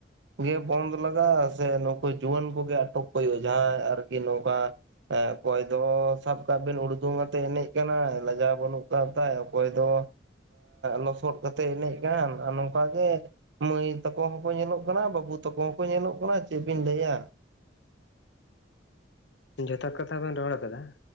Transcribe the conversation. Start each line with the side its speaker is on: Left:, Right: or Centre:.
Right: ᱜᱮ ᱵᱚᱱᱫ ᱞᱟᱜᱟᱜ-ᱟ ᱥᱮ ᱱᱩᱠᱩ ᱡᱩᱣᱟᱹᱱ ᱠᱚᱜᱮ ᱟᱴᱚᱠ ᱠᱚ ᱦᱩᱭᱩᱜ-ᱟ ᱡᱟᱦᱟᱸᱭ ᱟᱨ ᱠᱤ ᱱᱚᱝᱠᱟ ᱮᱸ ᱚᱠᱚᱭ ᱫᱚ ᱥᱟᱵ ᱠᱟᱜ ᱵᱱ ᱩᱲᱫᱩᱝ ᱟᱛᱮᱜ ᱮᱱᱮᱡ ᱠᱟᱱᱟᱭ, ᱞᱟᱡᱟᱣ ᱵᱟᱹᱱᱩᱜ ᱟᱠᱟᱫ ᱛᱟᱭ ᱚᱠᱚᱭ ᱫᱚ ᱞᱚᱥᱚᱫ ᱠᱟᱛᱮᱜ ᱮᱱᱮᱡ ᱠᱟᱱ ᱟᱨ ᱱᱚᱝᱠᱟ ᱜᱮ ᱢᱟᱹᱭ ᱛᱟᱠᱚ ᱦᱚᱸᱠᱚ ᱧᱮᱞᱚᱜ ᱠᱟᱱᱟ ᱵᱟᱹᱵᱩ ᱛᱟᱠᱚ ᱦᱚᱸᱠᱚ ᱧᱮᱞᱚᱜ ᱠᱟᱱᱟ ᱪᱮᱜ ᱵᱤᱱ ᱞᱟᱹᱭᱟ?
Left: ᱡᱚᱛᱷᱟᱛ ᱠᱟᱛᱷᱟ ᱵᱮᱱ ᱨᱚᱲ ᱟᱠᱟᱫᱟ